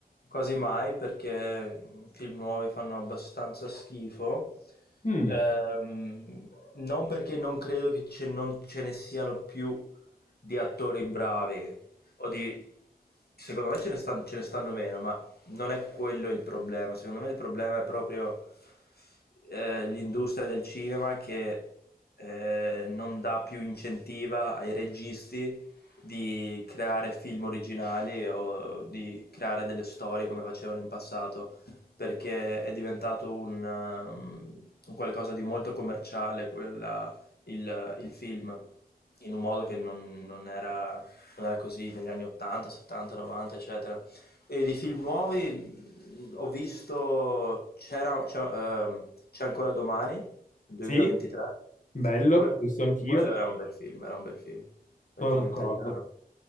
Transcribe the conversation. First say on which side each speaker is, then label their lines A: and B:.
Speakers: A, on the left; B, on the left.
A: quasi mai perché i film nuovi fanno abbastanza schifo,
B: Mm,
A: Ehm, non perché non credo che ce- non ce ne siano più di attori bravi, o di... secondo me ce ne stan- ce ne stanno meno, ma non è quello il problema, secondo me il problema è proprio eh, l'industria del cinema che eh, non dà più incentiva ai registi di creare film originali o di creare delle storie come facevano in passato, perché è diventato un, um, un qualcosa di molto commerciale quella- il, il film in un modo che non, non era, non era così negli anni 80, 70, 90, eccetera. E di film nuovi mh, ho visto c'era, c'è, ehm, C'è ancora domani, 2023.
B: sì, bello,
A: Que-
B: l'ho visto anch'io,
A: quello era un bel film, era un bel film, bel
B: sono
A: film
B: d'accordo,
A: italiano.